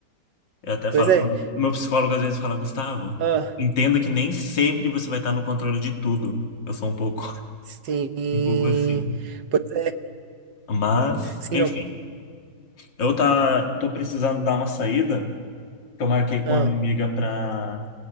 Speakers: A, on the left (about 80°); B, on the right (about 70°).
A: Eu até
B: Pois
A: falo
B: é.
A: pro meu meu psicólogo, às vezes, fala, Gustavo,
B: Ah,
A: entenda que nem sempre você vai estar no controle de tudo. Eu sou um pouco, <laughs>
B: sim.
A: um pouco assim.
B: Pois,
A: Mas,
B: sim,
A: enfim,
B: não.
A: eu tá, tô precisando dar uma saída. que eu marquei com
B: Ah.
A: a minha amiga para